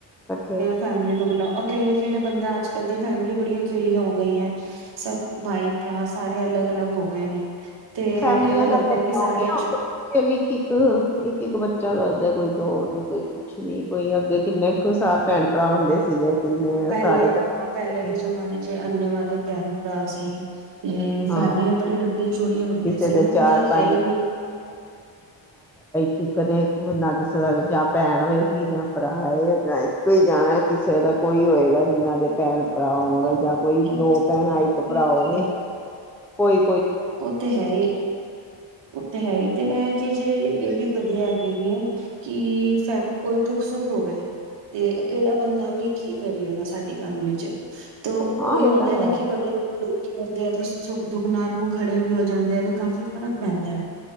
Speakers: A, in the centre; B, on the right (about 70°).
A: ਕੱਠੇ ਹੋ-
B: ਫੈਮਿਲੀਆ ਨੂੰ ਬੁਲਾ ਅਕੇਲੇ ਅਕੇਲੇ ਬੰਦਾ ਅੱਜ -ਕੱਲ ਦੀਆ ਫੈਮਲੀ ਬੜੀਆਂ ਅਕੇਲੀਆਂ ਹੋ ਗਈ ਏ। ਸਭ ਭਾਈ ਭਰਾ ਸਾਰੇ ਅਲੱਗ ਅਲੱਗ ਹੋ ਗਏ ਨੇ ਤੇ
A: ਫੈਮਲੀਆਂ
B: ਐਵੇਂ
A: ਦਾ
B: ਲੱਗਦਾ
A: ਵੀ ਇੱਕਲੀ
B: ਕਿ
A: ਹੋ
B: ਸਾਰੇ
A: ਗੀਆਂ, ਉਤੋਂ ਬੱਚੇ ਵੀ ਇੱਕ ਇੱਕ, ਇੱਕ ਇੱਕ ਬਚ- ਚਾ ਕਰਦੇ ਕੋਈ ਦੋ ਨੀ ਕੋਈ ਕੁਛ ਨੀ, ਕੋਈ ਅੱਗੇ ਕਿੰਨੇ ਕੁ ਸ ਭੈਣ ਭਰਾ ਹੁੰਦੇ ਸੀਗੇ। ਕਿੰਨੇ
B: ਪਹਿਲੇ
A: ਸਾਰੇ ਇਕੱਠੇ
B: -ਪਹਿਲੇ ਦੇ
A: ਸੀ,
B: ਜਮਾਨੇ ਚ ਅੰਨੇਵਾ ਦੇ ਭੈਣ ਭਰਾ ਸੀ <inaudible> ਤੇ
A: ਹਾਂ
B: ਫੈਮਲਿਂਆਂ ਬੜੀ ਲੰਬੀ ਚੋੜੀ ਹੁੰਦੀ
A: ਕਿਸੇ
B: ਸੀ,
A: ਦੇ
B: ਹੁਣ
A: ਚਾਰ
B: ਤੇ
A: ਪੰਜ
B: ਹੈ ਈ ਨੀ।
A: ਕਿ ਕਦੇ ਨਾ ਕਿਸੇ ਦਾ ਜਾਂ ਭੈਣ ਹੋਏਗੀ ਜਾਂ ਭਰਾ ਹੈ, ਜਾਂ ਇੱਕੋ ਹੀ ਜਾਣਾ, ਕਿਸੇ ਦਾ ਕੋਈ ਹੋਏਗਾ ਜਿੰਹਨਾਂ ਦੇ ਭੈਣ ਭਰਾ ਹੋਣ,
B: ਦੇਖੋ
A: ਜਾਂ ਕੋਈ ਦੋ
B: ਇੱਕ ਚੀਜ਼
A: ਭੈਣਾਂ,
B: ਐ ਵੀ
A: ਭਰਾ
B: ਹੈਗੀ
A: ਹੋਵੇ।
B: ਹੈ
A: ਕੋਈ
B: ਉਹ ਤੇ ਹੈ ਈ। ਉਹ ਤੇ ਹੈ ਈ ਤੇ ਇਹ ਚੀਜ਼ ਵਲੀ ਇਹ ਵੀ ਵਧੀਆ ਕੀ ਨੀ ਏ, ਕਿ ਫ ਕੋਈ ਦੁੱਖ ਸੁੱਖ ਹੋਵੇ ਤੇ ਅਕੇਲਾ ਬੰਦਾ ਵੀ ਕੀ ਕਰੇਗਾ, ਸਾਡੀ ਫੈਮਿਲੀ ਚ- ਤੇ ਉਹੀ
A: ਹਾਂ ਇਹ
B: ਹੁੰਦਾ
A: ਤਾਂ
B: ਨਾ
A: ਹੈ
B: ਕਿ ਵੱਡੇ ਵੱਡੇ ਲੋਕ ਹੁੰਦੇ ਆ, ਤੇ ਸੁੱਖ -ਦੁੱਖ ਨਾਲ ਉਹ ਖੜੇ ਵੀ ਹੋ ਜਾਂਦੇ ਨੇ, ਤੇ ਕਾਫੀ <inaudible> ਪੈਂਦਾ ਹੈ,